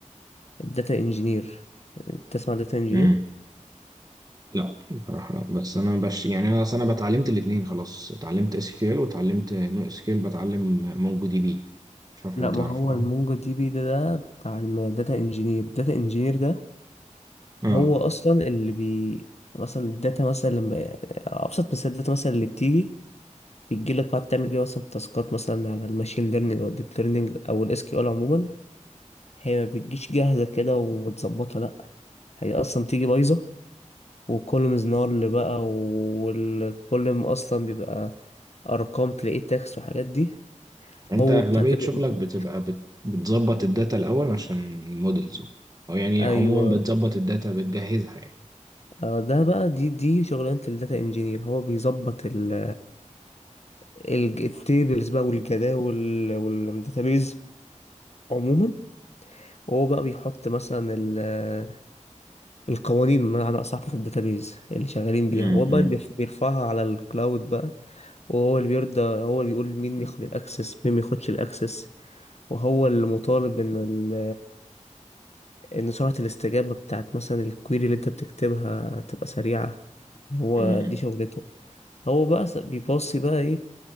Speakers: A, on the left (about 55°); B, on the right (about 30°).
A: الداتا انجينير تسمع داتا انجينير
B: امم لا بصراحه لا بس انا بش يعني انا اصل انا بتعلمت الاثنين خلاص اتعلمت اس كيل واتعلمت نو اس كيل بتعلم مونجو دي بي مش عارف
A: لا
B: لو تعرف
A: ما هو
B: اه
A: المونجو دي بي ده, ده بتاع الداتا انجينير الداتا انجينير ده
B: اه
A: هو اصلا اللي بي مثلا الداتا مثلا لما آه، ابسط مثال الداتا مثلا اللي بتيجي بتجيلك بقى تعمل بيها مثلا تاسكات مثلا على الماشين ليرنينج او الديب ليرنينج او الاس كيو ال عموما هي ما بتجيش جاهزة كده ومتظبطة لأ هي أصلا بتيجي بايظة وكل مزنار اللي بقى وكل ما أصلا بيبقى أرقام تلاقيه تاكس وحاجات دي
B: انت
A: هو
B: اغلبيه
A: بتاع داتا
B: شغلك
A: انجينير
B: بتبقى بت... بتظبط الداتا الاول عشان المودلز او يعني
A: أيوة
B: عموما بتظبط الداتا بتجهزها يعني
A: آه، ده بقى دي دي شغلانة الداتا انجينير هو بيظبط ال ال- التيبلز بقى والجداول والداتابيز عموما وهو بقى بيحط مثلا ال- القوانين بمعنى أصح بتاعت الداتابيز اللي شغالين بيها
B: امم
A: هو بقى بيرف- بيرفعها على الكلاود بقى وهو اللي بيرضى هو اللي بيقول مين ياخد الاكسس مين ما ياخدش الاكسس وهو اللي مطالب ان ال ان سرعة الاستجابة بتاعت مثلا الكويري اللي انت بتكتبها تبقى سريعة هو
B: امم
A: دي شغلته هو بقى س- بيباصي بقى ايه